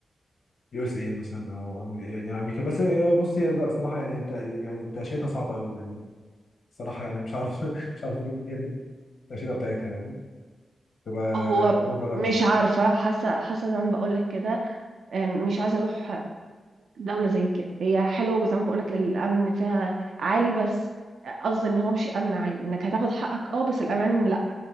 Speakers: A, on the left; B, on the right.
A: يو اس اي مثلا او أم- يعني يعني امريكا بس آه، بص هي لا الصراحه يعني تا- يعني تاشيرتها صعبه قوي يعني الصراحه يعني مش عارف <laughs> مش عارف اجيب يعني التاشيره بتاعتها يعني تبقى
B: هو طب
A: اوفر
B: مش
A: قوي
B: عارفة حاسة حاسة زي ما بقول لك كده آم، مش عايزة اروح دولة زي كده هي حلوة زي ما بقول لك الامن فيها عالي بس قصدي ان هو مش امن عالي انك هتاخد حقك اه بس الامان لا